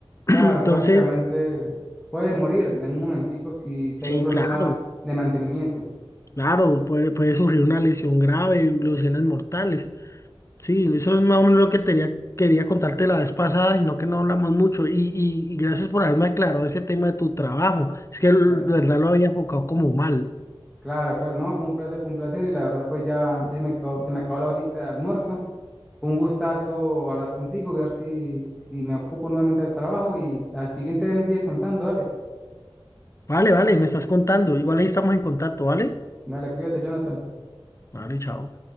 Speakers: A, in the centre; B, on the left.
A: claro,
B: Entonces,
A: prácticamente puedes morir en un momentico si, si
B: sí,
A: hay un problema
B: claro,
A: de mantenimiento.
B: claro, puede, puede surgir una lesión grave y lesiones mortales. Sí, eso es más o menos lo que tenía- quería contarte la vez pasada, sino que no hablamos mucho. Y, y- y gracias por haberme aclarado ese tema de tu trabajo. Es que el-
A: Claro,
B: la verdad lo había enfocado como mal.
A: claro, claro, no, fue un placer, fue un placer y la verdad pues ya, ya se me acabó, se me acabó la horita de almuerzo. Fue un gustazo hablar contigo, ver si, si me ocupo nuevamente del trabajo y la siguiente vez me sigues contando, dale,
B: Vale, vale, me estás contando. Igual ahí estamos en contacto, ¿vale?
A: dale, cuídate, Jonathan.
B: Vale, chao.